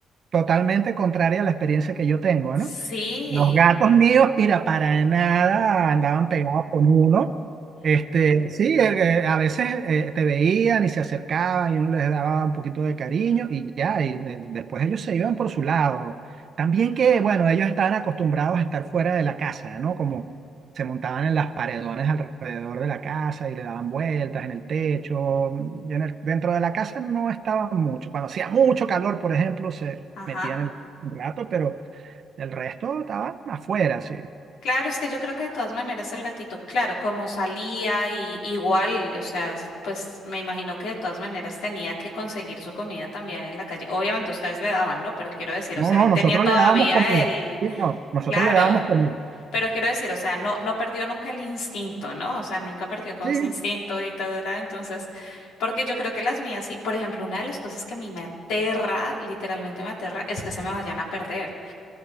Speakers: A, on the right; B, on the left.
A: totalmente contraria a la experiencia que yo tengo,
B: Sí,
A: no Los gatos míos, mira, para nada andaban pegados con uno. Este, sí, eh, eh, a veces eh, te veían y se acercaban y uno les daba un poquito de cariño y ya, y eh, después ellos se iban por su lado. También que, bueno, ellos estaban acostumbrados a estar fuera de la casa, ¿no? Como se montaban en las paredones alrededor de la casa y le daban vueltas en el techo. Y en el- dentro de la casa no estaban mucho. Cuando hacía mucho calor, por ejemplo, se
B: ajá.
A: metían en la un rato, pero... Del resto estaban afuera, sí.
B: Claro, es que yo creo que de todas maneras el gatito, claro, como salía y igual, o sea, s- pues me imagino que de todas maneras tenía que conseguir su comida también en la calle. Obviamente ustedes le daban, ¿no? Pero quiero decir,
A: No,
B: o sea,
A: no,
B: él
A: nosotros
B: tenía todavía
A: le dábamos comida.
B: el,
A: Sí, no, nosotros
B: claro,
A: le dábamos comida.
B: pero quiero decir, o sea, no, no perdió nunca el instinto, ¿no? O sea, nunca perdió como
A: Sí,
B: ese instinto y todo, ¿verdad? Entonces, porque yo creo que las mías, sí, por ejemplo, una de las cosas que a mí me aterra, literalmente me aterra, es que se me vayan a perder.